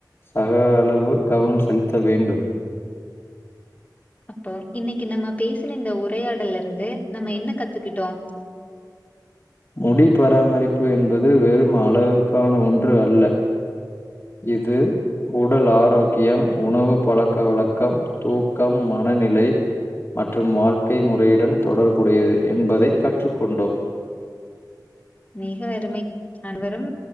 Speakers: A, on the left; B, on the left.
A: சக அளவு கவனம் செலுத்த வேண்டும்
B: அப்போ இன்னைக்கு நம்ம பேசின இந்த உரையாடல்ல இருந்து நம்ம என்ன கத்துக்கிட்டோம்
A: முடி பராமரிப்பு என்பது வெறும் அழகுக்கான ஒன்று அல்ல இது உடல் ஆரோக்கியம் உணவு பழக்க வழக்கம் தூக்கம் மனநிலை மற்றும் வாழ்க்கை முறையுடன் தொடர்புடையது என்பதைக் கற்றுக்கொண்டோம்
B: மிக அருமை அனைவரும்